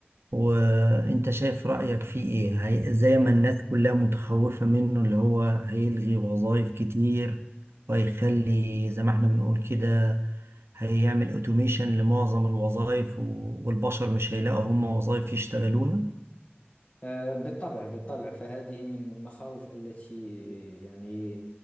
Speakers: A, on the right; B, on the left.
A: وانت شايف رأيك فيه ايه هي زي ما الناس كلها متخوفة منه اللي هو هيلغي وظائف كتير وهيخلي زي ما احنا بنقول كده هيعمل اوتوميشن لمعظم الوظائف و- والبشر مش هيلاقوا هم وظائف يشتغلوها
B: آه، بالطبع بالطبع فهذه من المخاوف التي يعني